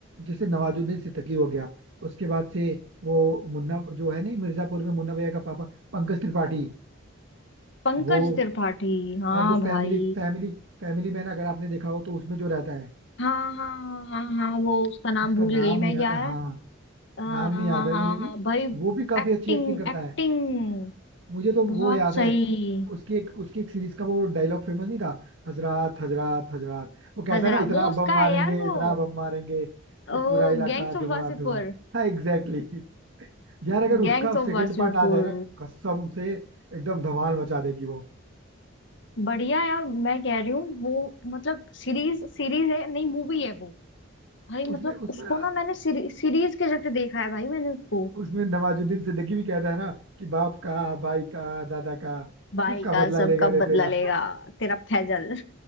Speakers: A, on the right; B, on the left.
A: जैसे नवाजुद्दीन सिद्दीकी हो गया उसके बाद से वो मुन्ना जो है नहीं मिर्जापुर में मुन्ना भैया का पापा पंकज त्रिपाठी
B: पंकज
A: वो
B: त्रिपाठी हाँ
A: और जो
B: भाई
A: फैमिली फैमिली फैमिली मैन अगर आपने देखा हो तो उसमें जो रहता है
B: हाँ हाँ हाँ हाँ हाँ वो उसका नाम
A: उसका
B: भूल
A: नाम
B: गई मैं
A: नहीं याद
B: क्या
A: है
B: है
A: हाँ
B: अ, हाँ
A: नाम नहीं याद है
B: हाँ
A: मुझे कि
B: हाँ भाई
A: वो भी काफी
B: Acting
A: अच्छी एक्टिंग करता
B: acting
A: है मुझे तो वो
B: बहुत
A: याद
B: सही
A: है उसकी एक उसकी एक सीरीज का वो डायलॉग फेमस नहीं था हजरात हजरात हजरात वो कहता
B: हजरा
A: है ना इतना
B: वो उसका
A: बम मारेंगे
B: है यार वो
A: इतना बम मारेंगे
B: वो
A: कि पूरा इलाका
B: gangs
A: धुआं
B: of Wasseypur
A: धुआं हाँ एग्जैक्टली exactly. यार अगर उसका
B: Gangs of
A: सेकंड
B: Wasseypur
A: पार्ट आ जाए ना कसम से एकदम धमाल मचा देगी वो
B: बढ़िया यार मैं कह रही हूँ वो मतलब सीरीज सीरीज है नहीं मूवी है वो भाई मतलब
A: उसमें उसमें
B: उसको
A: ना
B: ना मैंने सीरी, सीरीज के जैसे देखा है भाई मैंने उसको
A: उसमें नवाजुद्दीन सिद्दीकी भी कहता है ना कि बाप का भाई का दादा का
B: भाई
A: सबका
B: का
A: बदला
B: सब
A: लेगा
B: कब
A: रे
B: बदला
A: तेरा
B: लेगा तेरा फैजल